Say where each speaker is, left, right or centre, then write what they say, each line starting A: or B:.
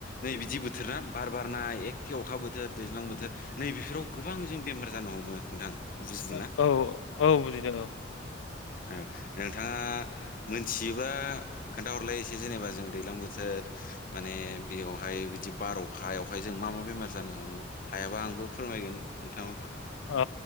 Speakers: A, on the left; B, on the left.
A: नै बिदि बोथोर ना बार बारनाय एखे अखा बो थोर दैज्लां बोथोर नैबेफोराव गोबां जों बेमार जानो हमो नोंथां बुजिदोंना?
B: ओ-औ -औ -औ बुजिदो औ
A: ओ नोंथाङा मोनथियोब्ला खोन्थाहरलाय एसे जेनेबा जों दैज्लां बोथोर माने बेयावहाय बिदि बार अखायावहाय जों मा-मा बेमार जानो हमो हायाबा आंबो फोरमायगोन नोंथां
B: औ